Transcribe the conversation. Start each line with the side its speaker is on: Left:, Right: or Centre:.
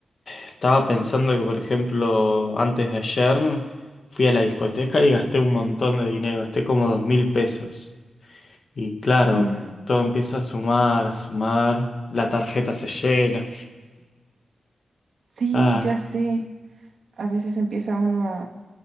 Left: Estaba pensando que, por ejemplo, antes de ayer fui a la discoteca y gasté un montón de dinero, gasté como dos mil pesos. Y claro,
Right: Mm,
Left: todo empieza a sumar, a sumar, la tarjeta se llena.
Right: sí,
Left: Ay.
Right: ya sé. A veces empieza uno a,